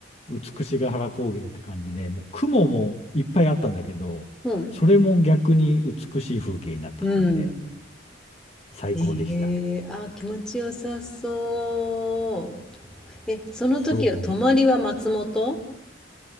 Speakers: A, on the left; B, in the centre.
A: 美しが原高原って感じで、もう雲もいっぱいあったんだけど、
B: うん。
A: それも逆に美しい風景になった感じで、
B: うん
A: 最高でした。
B: ええあ、気持ちよさそう。え、その時は泊まりは松本
A: そう。